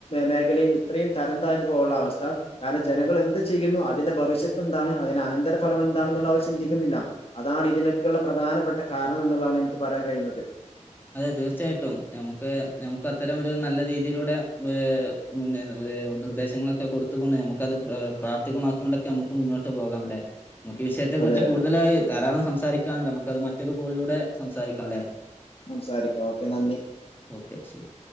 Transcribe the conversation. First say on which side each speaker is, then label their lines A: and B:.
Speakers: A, on the left (about 50°); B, on the left (about 15°).
A: മേഖലയും ഇത്രയും തരം താഴ്ന്ന് പോകാനുള്ള അവസ്ഥ കാരണം ജനങ്ങളെന്ത് ചെയ്യുന്നു അതിന്റെ ഭവിഷ്യത്ത് എന്താണ് അതിന് അനന്തര ഫലമെന്താണെന്നുള്ളത് അവർ ചിന്തിക്കുന്നില്ല അതാണ് ഇതിനൊക്കെയുള്ള പ്രധാനപ്പെട്ട കാരണം എന്നുള്ളതാണെനിക്ക് പറയാൻ കയ്യുന്നത്
B: അതെ തീർച്ചയായിട്ടും നമുക്ക് നമുക്ക് അത്തരം ഒരു നല്ല രീതിയിലൂടെ ഏഹ് മുന്നേ നിർദ്ദേശങ്ങളൊക്കെ കൊടുത്തുകൊണ്ട് നമുക്കത് പ്രാവർത്തികം ആക്കിക്കൊണ്ടൊക്കെ നമുക്ക് മുന്നോട്ട് പോകാം അല്ലേ നമുക്ക് ഈ വിഷയത്തെക്കുറിച്ച്
A: അതെ
B: കൂടുതലായി ധാരാളം സംസാരിക്കാനുണ്ട് നമുക്കത് മറ്റൊരു കോളിലൂടെ സംസാരിക്കാം അല്ലെ
A: സംസാരിക്കാം ഓക്കെ നന്ദി
B: ഓക്കെ ശെരി